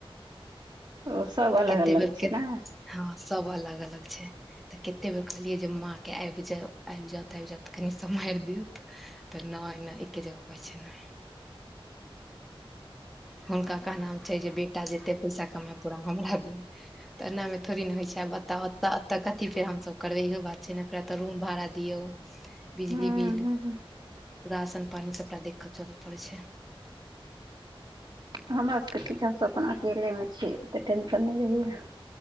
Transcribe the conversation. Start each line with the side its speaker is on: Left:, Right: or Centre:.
Right: ओ सब अलग
Centre: कते
Right: अलग
Centre: बेर
Right: छि
Centre: के
Right: ने।
Centre: हँ सब अलग अलग छैय। तऽ कतेक बेर कहलियै जे माँके आबि जाउ आबि जाउथ आबि जाउथ तऽ कनि सम्हारि दउथ। तऽ नहि नहि एके जगह कहै छै नहि। हुनका कहनाम छैय जे बेटा जेते पैसा कमाय पूरा हमरा दे तऽ एनामे थोड़ी ना होइ छैय बता त एतऽ कथि फेर हमसब करबै इहो बात छैय ने फेर एतऽ रूम भाड़ा दियौ। बिजली
Right: हँ
Centre: बिल
Right: हँ
Centre: राशन पानी सबटा देख क चलऽ पड़े छै।
Right: हमरा सभके ठीक अइ हमसब अपन अकेलेमे छीय ओते टेंशन नहि रहैया।